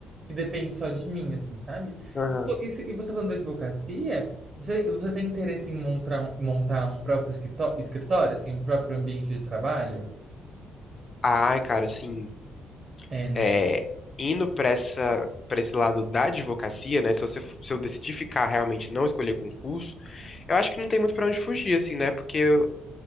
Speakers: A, on the right (about 40°); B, on the left (about 35°).
A: que depende só de mim, assim, sabe?
B: Aham.
A: Isso, isso- e você falando da advocacia, você, você tem interesse em montar um, montar um próprio escritório, escritório, assim, um próprio ambiente de trabalho?
B: Ai, cara, assim,
A: É, né?
B: é, indo pra essa, pra esse lado da advocacia, né? Se você, se eu decidir ficar realmente não escolher concurso, eu acho que não tem muito pra onde fugir, assim, né? Porque